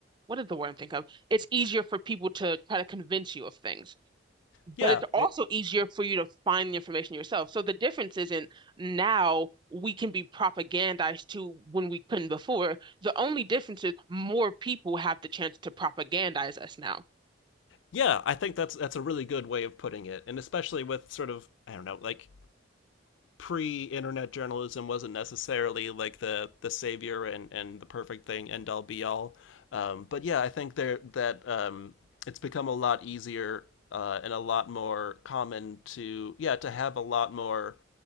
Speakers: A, on the right; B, on the left.
A: what is the word I'm thinking of? It's easier for people to try to convince you of things.
B: yeah,
A: but it's also
B: it,
A: easier for you to find the information yourself. So the difference isn't now we can be propagandized to when we couldn't before. The only difference is more people have the chance to propagandize us now.
B: yeah. I think that's that's a really good way of putting it, and especially with sort of I don't know, like pre-internet journalism wasn't necessarily like the the savior and and the perfect thing end all be all, um, but yeah, I think there that um, it's become a lot easier uh, and a lot more common to yeah to have a lot more